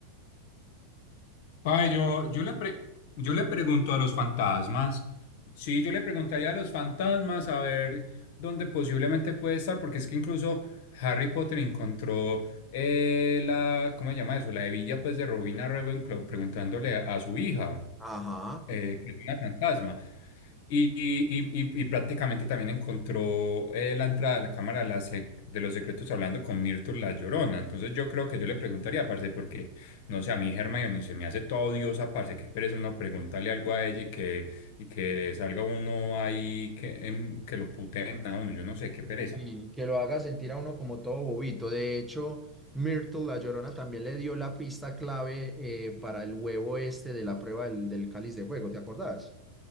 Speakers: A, on the left (about 50°); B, in the centre.
A: Pa, yo, yo le pre- yo le pregunto a los fantasmas. Sí, yo le preguntaría a los fantasmas a ver dónde posiblemente puede estar, porque es que incluso Harry Potter encontró eh, la, ¿cómo se llama eso? La hebilla pues de Robina Ravenclaw preguntándole a, su hija,
B: Ajá.
A: eh, que es una fantasma. Y, y- y- y prácticamente también encontró eh, la entrada de la Cámara de, la Sec- de los Secretos hablando con Myrtle la Llorona. Entonces yo creo que yo le preguntaría, parce, porque, no sé, a mí Hermione se me hace toda odiosa, parce, qué pereza uno preguntarle algo a ella y que, y que salga uno ahí que, em, que lo puteen a uno. Yo no sé, qué pereza.
B: Y que lo haga sentir a uno como todo bobito. De hecho, Myrtle La Llorona también le dio la pista clave eh, para el huevo este de la prueba del, del cáliz de fuego, ¿te acordás?